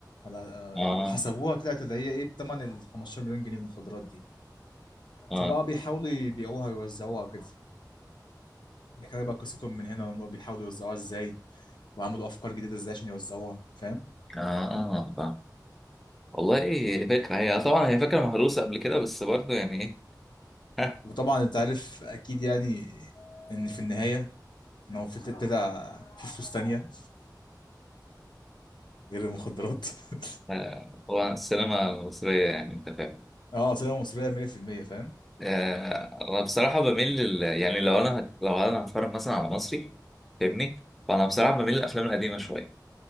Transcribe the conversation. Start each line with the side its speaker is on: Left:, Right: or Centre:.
Left: على آه،
Centre: اه
Left: وحسبوها طلعت اللي هي ايه بتمن ال 15 مليون جنيه المخدرات دي
Centre: اه
Left: فبقى بيحاولوا يبيعوها ويوزعوها كده بيحكي لك بقى قصتهم من هنا لما بيحاولوا يوزعوها ازاي وعملوا افكار جديده ازاي عشان يوزعوها فاهم
Centre: اه اه فاهم والله ايه فكره هي طبعا هي فكره مهروسه قبل كده بس برضه يعني ايه <laughs>
Left: وطبعا انت عارف اكيد يعني ان في النهايه ان هو في طلع في فلوس تانية غير المخدرات <laughs>
Centre: آه، هو السينما المصريه يعني انت فاهم
Left: اه سينما مصرية 100% فاهم
Centre: آه، انا بصراحه بميل لل... يعني لو انا هت... لو انا هتفرج مثلا على مصري فاهمني فانا بصراحه بميل للافلام القديمه شويه